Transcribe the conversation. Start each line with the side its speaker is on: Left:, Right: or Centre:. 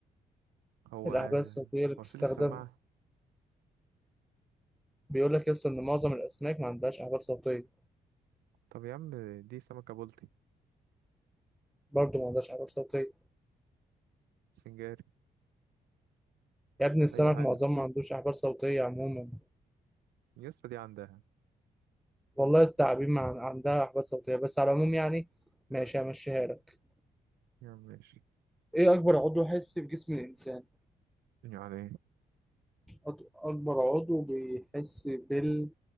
Right: هو
Centre: الأحبال الصوتية اللي بتستخدم
Right: هو سلك سماعة
Centre: بيقول لك يا اسطى إن معظم الأسماك ما عندهاش أحبال صوتية
Right: طب يا عم دي سمكة بلطي
Centre: برضه ما عندهاش أحبال صوتية
Right: سنجاري
Centre: يا ابني السمك
Right: أي حاجة
Centre: معظمها ما عندوش أحبال صوتية عموما
Right: يسطا دي عندها
Centre: والله التعابين ما عن- عندها أحبال صوتية بس على العموم يعني ماشي همشيها لك
Right: يا عم ماشي
Centre: إيه أكبر عضو حسي في جسم الإنسان؟
Right: يعني إيه
Centre: أط- أكبر عضو بيحس بال